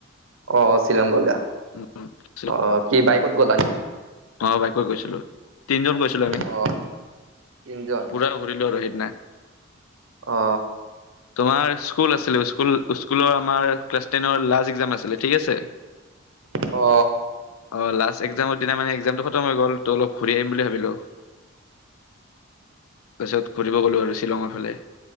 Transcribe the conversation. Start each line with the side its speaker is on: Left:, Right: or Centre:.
Right: অহ শ্বিলং গলা।
Left: উম,
Right: অ কি বাইক'ত গ'ল নেকি?
Left: অ বাইকত গৈছিলো তিনজন গৈছিলো আমি।
Right: অ তিনজন
Left: পূৰা ঘূৰিলো আৰু সেইদিনা
Right: অ।
Left: তোমাৰ স্কুল আছিল স্কুলৰ আমাৰ ক্লাছ টেনৰ লাষ্ট একজাম আছিল ঠিক আছে।
Right: অ।
Left: অ লাষ্ট একজামৰ দিনা মানে একজামটো খতম হৈ গল ত অলপ ঘূৰি আহিম বুলি ভাবিলো। পাছত ঘূৰিব গলো আৰু শ্বিলঙৰ ফালে।